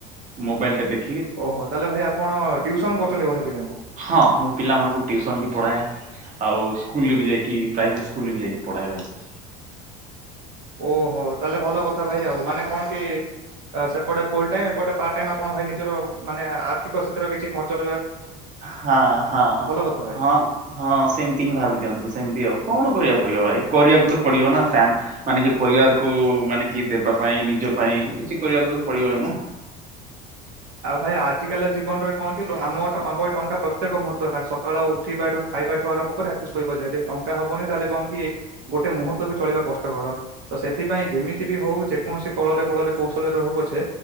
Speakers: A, on the right; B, on the right.
A: ମୋବାଇଲ ଟା ଦେଖି
B: ଓହୋ ତାହେଲେ ଭାଇ ଆପଣ ଟିଉସନ କରୁଚନ୍ତି ବୋଧେ ପିଲାଙ୍କୁ?
A: ହଁ, ମୁଁ ପିଲାମାନଙ୍କୁ ଟିଉସନ୍ ବି ପଢ଼ାଏ। ଆଉ ସ୍କୁଲରେ ବି ଯାଇକି ପ୍ରାଇଭେଟ୍ ସ୍କୁଲରେ ବି ଯାଇକି ପଢ଼ାଏ ଭାଇ।
B: ଓହୋ, ତାହେଲେ ଭଲ କଥା ଭାଇ ଆଉ। ମାନେ କଣ କି ସେପଟେ ଫୁଲ ଟାଇମ ଏପଟେ। ପାର୍ଟ ଟାଇମ୍ ଆପଣ ଭାଇ ନିଜର ମାନେ ଆର୍ଥିକ ସ୍ଥିତିର କିଛି ଖର୍ଚ ର
A: ହଁ ହଁ।
B: ଯା। <unintelligible>
A: ହଁ ହଁ, ସେମିତି ହିଁ ଭାବି ଦିଅନ୍ତୁ ସେମିତି ଆଉ। କଣ କରିବାକୁ ପଡିବ ଭାଇ କରିବାକୁ ତ ପଡିବ ନା। ସ୍ୟାମ୍। ମାନେ କି ପରିବାରକୁ ମାନେ କି ଦେବା ପାଇଁ, ନିଜ ପାଇଁ କିଛି କରିବାକୁ ତ ପଡିବ ହିଁ ନା।
B: ଆଉ ଭାଇ ଆଜିକାଲି ଜୀବନରେ କଣ କି ଆମ ଆମ ଏଇ ଟଙ୍କା ପ୍ରତ୍ୟେକ ମୁହୂର୍ତ୍ତ କ ସକାଳ ଉ। ଉଠିବାଠୁ ଖାଇବା ଠୁ ଆରମ୍ଭ କରି ରାତି ଶୋଇବା ଯାଏ ଯଦି ଟଙ୍କା ହବନି ତାହେଲେ କନ କି। ଗୋଟେ ମୁହୂର୍ତ୍ତ ବି ଚଳିବା କଷ୍ଟକର। ତ ସେଥିପାଇଁ ଯେମିତି ବି ହଉ ଯେକୌଣସି କଳରେ, ବଳରେ କୌଶଳରେ ହଉ ପଛେ।